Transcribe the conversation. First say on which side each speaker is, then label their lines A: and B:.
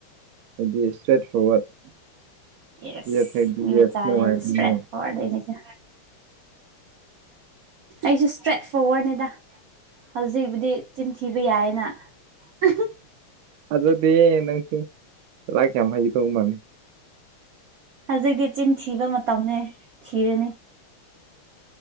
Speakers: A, on the right; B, on the right.
A: ꯍꯥꯏꯗꯤ ꯏꯁꯇ꯭ꯔꯦꯠ ꯐꯣꯔꯋꯥꯔꯗ
B: ꯌꯦꯁ
A: ꯁꯁ
B: ꯃꯤ ꯃꯆꯥꯗꯤ
A: ꯅꯣ ꯍꯥꯏ
B: ꯏꯁꯇ꯭ꯔꯦꯠ ꯐꯣꯔꯋꯥꯔꯗꯅꯤꯒ ꯑꯩꯁꯨ ꯏꯁꯇ꯭ꯔꯦꯠ ꯐꯣꯔꯋꯥꯔꯗꯅꯤꯗ ꯍꯧꯖꯤꯛꯕꯨꯗꯤ ꯆꯤꯟꯊꯤꯕ ꯌꯥꯏꯌꯦꯅ <inaudible>
A: ꯑꯗꯨꯗꯤ ꯅꯪꯁꯨ ꯂꯥꯛꯀꯦ ꯍꯥꯏꯗꯣꯡ ꯃꯅꯤ
B: ꯍꯧꯖꯤꯛꯇꯤ ꯆꯤꯟ ꯊꯤꯕ ꯃꯇꯝꯅꯦ ꯊꯤꯔꯅꯤ